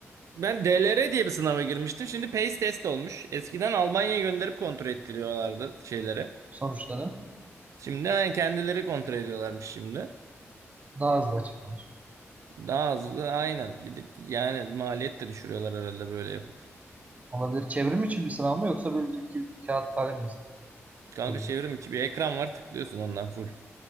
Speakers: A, on the right (about 80°); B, on the right (about 30°).
A: Ben DLR diye bir sınava girmiştim. Şimdi PACE test olmuş. Eskiden Almanya'ya gönderip kontrol ettiriyorlardı şeylere.
B: Sonuçları
A: Şimdi yani kendileri kontrol ediyorlarmış şimdi.
B: daha hızlı açıklanır.
A: Daha hızlı aynen. Bir de yani maliyet de düşürüyorlar herhalde böyle yapıp.
B: Olabilir. Çevrim için bir sınav mı yoksa böyle bir iki kağıt kalem mi?
A: Kanka
B: Sorun.
A: çevrim içi bir ekran var tıklıyorsun ondan full.